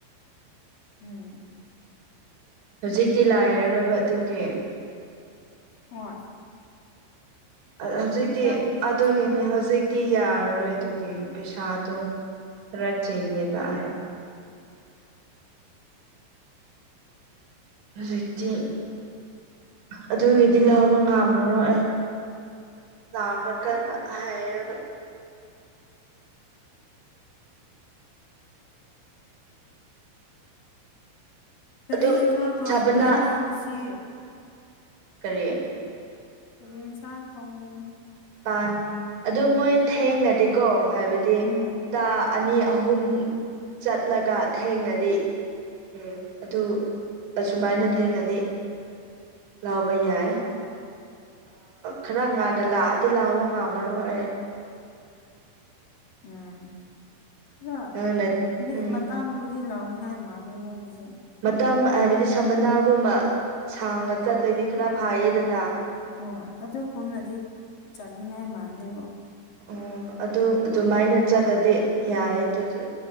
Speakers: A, on the left; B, on the right.
A: ꯎꯝ
B: ꯍꯧꯖꯤꯛꯇꯤ ꯂꯥꯏꯔꯔꯕ ꯑꯗꯨꯒꯤ
A: ꯑꯣ
B: ꯍꯧꯖꯤꯛꯇꯤ
A: ꯀꯔꯤ
B: ꯑꯗꯨꯒꯤꯅꯤ
A: ꯇꯧꯁꯤꯔꯥ ꯈꯪꯗꯦ
B: ꯍꯧꯖꯤꯛꯇꯤ ꯌꯥꯔꯔꯣꯏ ꯑꯗꯨꯒꯤ ꯄꯩꯁꯥ ꯇꯣ ꯈꯔ ꯆꯦꯟ ꯂꯩꯕꯥꯏ ꯍꯧꯖꯤꯛꯇꯤ ꯑꯗꯨꯒꯤꯗꯤ ꯂꯧꯕ ꯉꯝꯃꯔꯣꯏ ꯑꯩ ꯂꯥꯛꯈ꯭ꯔꯀ ꯍꯥꯏꯔꯒ
A: ꯀꯔꯤ
B: ꯑꯗꯨꯝ
A: ꯌꯦꯟꯁꯥꯡ ꯊꯍꯟꯗꯣꯏꯅꯣ
B: ꯁꯥꯕꯅ
A: ꯉꯁꯤ
B: ꯀꯔꯤ
A: ꯐ ꯏꯟꯁꯥꯡ ꯊꯣꯡꯗꯅ
B: ꯥꯟ ꯑꯗꯨꯣ ꯃꯣꯏ ꯊꯦꯡꯉꯗꯤꯀꯣ ꯍꯥꯏꯕꯗꯤ
A: ꯎꯝ
B: ꯇ ꯑꯅꯤ ꯑꯍꯨꯝ ꯆꯠꯂꯒ ꯊꯦꯡꯒꯗꯤ ꯎꯝ ꯑꯗꯨ ꯑꯁꯨꯃꯥꯏꯅ ꯊꯦꯡꯅꯅꯤ ꯂꯥꯎꯕ ꯌꯥꯏ ꯈꯔ ꯉꯥꯟꯅ ꯂꯥꯛꯑ ꯗꯤ ꯂꯥꯎꯑꯣ ꯉꯥꯝꯃꯔꯣꯏ ꯑꯦ
A: ꯎꯝ ꯈꯔ
B: ꯅꯪꯅ
A: ꯍꯥꯏꯗꯤ
B: ꯎꯝ
A: ꯃꯇꯥꯡꯕꯨ ꯂꯥꯎꯅꯤꯡꯉꯥꯏ ꯃꯥꯜꯦ ꯃꯣꯏꯒꯤꯁ
B: ꯃꯇꯝ ꯍꯥꯏꯕꯗꯤ ꯁꯃꯅꯥꯒꯨꯝꯕ ꯁꯥꯡꯉ ꯆꯠꯂꯗꯤ ꯈꯔ ꯐꯥꯏꯌꯦꯗꯅ
A: ꯍꯣꯏ ꯑꯗꯨꯒꯨꯝꯅꯗꯤ ꯆꯥꯅꯤꯡꯉꯥꯏ ꯃꯥꯟꯗꯦꯕꯣ
B: ꯑꯣ ꯑꯗꯨ ꯑꯗꯨꯃꯥꯏꯅ ꯆꯠꯂꯗꯤ ꯌꯥꯏꯌꯦ ꯑꯗꯨꯗꯤ